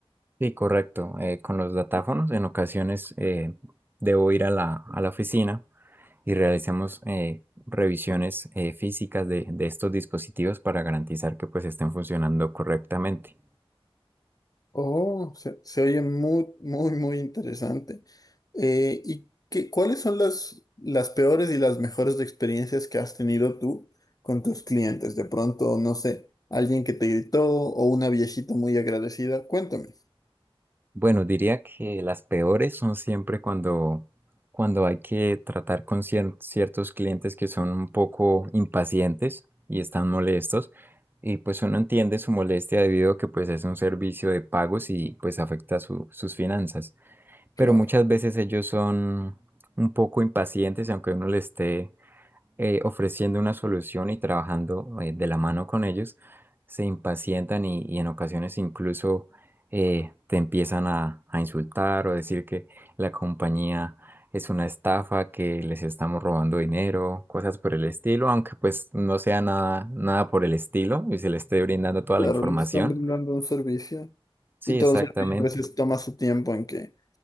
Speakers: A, on the right; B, on the left.
A: Sí, correcto. Eh, con los datáfonos, en ocasiones eh, debo ir a la, a la oficina y realizamos eh, revisiones eh, físicas de, de estos dispositivos para garantizar que pues estén funcionando correctamente.
B: Oh, se, se oye muy, muy, muy interesante. Eh, ¿y qué, cuáles son las, las peores y las mejores experiencias que has tenido tú con tus clientes? De pronto, no sé, alguien que te gritó o una viejita muy agradecida. Cuéntame.
A: Bueno, diría que las peores son siempre cuando, cuando hay que tratar con cien- ciertos clientes que son un poco impacientes y están molestos. Y pues uno entiende su molestia debido a que pues es un servicio de pagos y pues afecta su- sus finanzas.
B: Claro,
A: Pero muchas veces ellos son un poco impacientes, y aunque uno le esté eh, ofreciendo una solución y trabajando eh, de la mano con ellos, se impacientan y, y en ocasiones incluso eh, te empiezan a, a insultar o decir que la compañía es una estafa, que les estamos robando dinero, cosas por el estilo, aunque pues no sea nada, nada por el estilo y se le esté brindando toda
B: claro,
A: la información.
B: le están brindando un servicio
A: Sí,
B: y todo
A: exactamente.
B: el servicio a veces toma su tiempo en que,